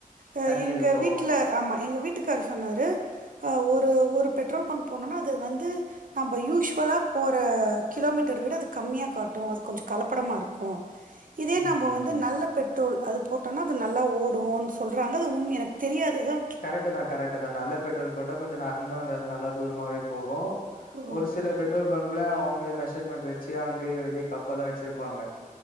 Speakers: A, on the right; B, on the left.
A: அ
B: தண்ணி
A: எங்க
B: இருக்கு
A: வீட்டுல ஆமா எங்க வீட்டுக்காரு சொன்னாரு ஆ ஒரு ஒரு பெட்ரோல் பங்க் போனோன்னா அது வந்து நம்ம யூஸ்வலா போற கிலோமீட்டர் விட அது கம்மியா காட்டும் அது கொஞ்சம் கலப்படமா இருக் க்கு இதே
B: ம்
A: நம்ம
B: ம்
A: வந்து
B: ம்.
A: நல்ல பெட்ரோல் அது போட்டோம்னா அது நல்லா ஓடும்ன்னு சொல்கிறாங்க அது உண்மை எனக்கு தெரியாத தா
B: கரெக்ட் தா கரெக்ட் தா நல்ல பெட்ரோல் போட்டா கொஞ்ச இன்னு நல்ல தூரமாவே போகும்
A: ஓ
B: ஒரு சில பெட்ரோல் பங்க் அள்ள அவங்க மெஷர்மெண்ட் வச்சு அங்கே வெளியே கப்பெல்லா வச்சருப்பாங்க